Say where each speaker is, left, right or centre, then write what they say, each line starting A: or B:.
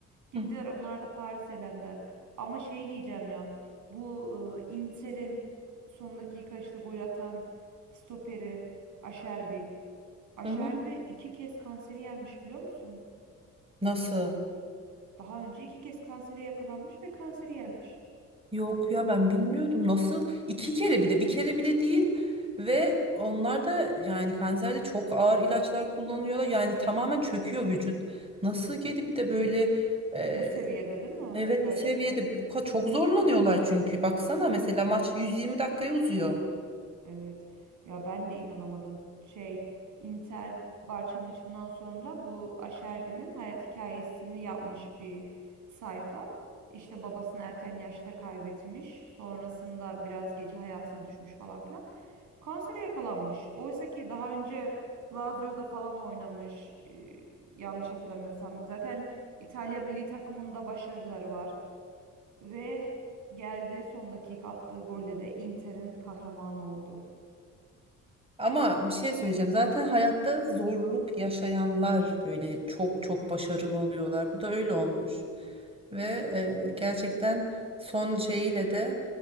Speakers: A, on the right; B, on the right.
A: Gittiler
B: Hı
A: onlar da Paris elendiler. Ama şey diyeceğim ya. Bu e, Inter'in son dakika işte gol atan stoperi Aşerbi. Aşerbi
B: hı.
A: iki kez kanseri yenmiş biliyor musun?
B: Nasıl?
A: Daha önce iki kez kansere yakalanmış ve kanseri yenmiş.
B: Yok ya ben bilmiyordum nasıl iki kere bir de bir kere bile değil ve onlar da yani kanserde çok ağır ilaçlar kullanıyorlar yani tamamen çöküyor vücut. Nasıl gelip de böyle e,
A: Bu seviyede değil mi o
B: evet
A: tekrar?
B: bu seviyede bu ka- çok zorlanıyorlar çünkü baksana mesela maç 120 dakikaya uzuyor.
A: Evet. Ya ben de inanamadım. Şey, Inter Barça maçından sonra bu Aşerbi'nin hayat hikayesini yapmış bir sayfa. İşte babasını erken yaşta kaybetmiş. Sonrasında biraz gece hayatına düşmüş falan filan. Kansere yakalanmış. Oysa ki daha önce Lazio'da falan oynamış. e, yanlış hatırlamıyorsam. Zaten İtalya milli takımında başarıları var. Ve geldi son dakika attığı golle de Inter'in kahramanı oldu.
B: Ama bir şey söyleyeceğim. Zaten hayatta zorluk yaşayanlar böyle çok çok başarılı oluyorlar. Bu da öyle olmuş. Ve e, gerçekten son şeyiyle de